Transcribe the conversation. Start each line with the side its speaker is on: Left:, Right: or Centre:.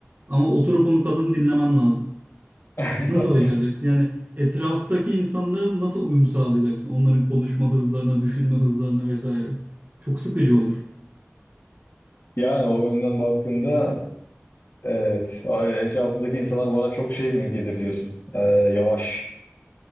Right: Ama oturup onu kadını dinlemen lazım.
Left: <laughs>
Right: Nasıl başaracaksın? Yani etraftaki insanların nasıl uyum sağlayacaksın? Onların konuşma hızlarına, düşünme hızlarına vesaire. Çok sıkıcı olur.
Left: Yani o yönden baktığında evet. Etrafımdaki insanlar bana çok şey mi gelir diyorsun. Ee, yavaş.